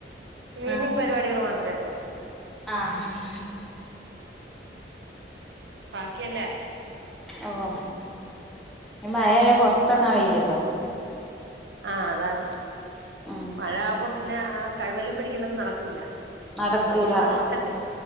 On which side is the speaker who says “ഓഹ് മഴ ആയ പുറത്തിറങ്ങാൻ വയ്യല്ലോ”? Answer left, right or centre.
Centre